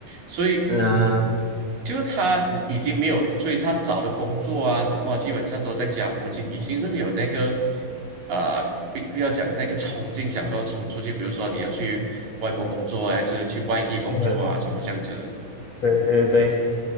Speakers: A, on the right; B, on the left.
A: 所以嗯，
B: 嗯啊，
A: 就是他已经没有，所以他找的工作啊什么啊，基本上都在家附近，已经是没有那个啊、不不要讲那个冲劲，想说冲出去，比如说你要去外国工作啊还是去外地工作啊，
B: 嗯，
A: 什么这样子的
B: 对对对。